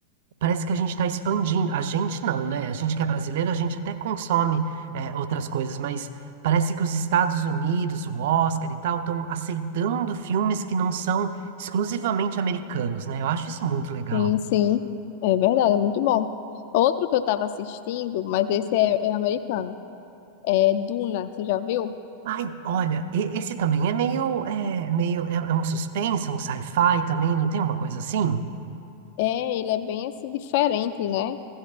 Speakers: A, on the right; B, on the left.
A: parece que a gente está expandindo, a gente não, né, a gente que é brasileiro, a gente até consome é, outras coisas, mas parece que os Estados Unidos, o Oscar e tal, estão aceitando filmes que não são exclusivamente americanos, né, eu acho isso muito legal.
B: Sim, sim, é verdade, é muito bom. Outro que eu estava assistindo, mas esse é, é americano, é Duna, você já viu?
A: Ai, olha, e- esse também é meio, é meio, é, é um suspense, um sci-fi também, não tem uma coisa assim?
B: É, ele é bem assim diferente, né?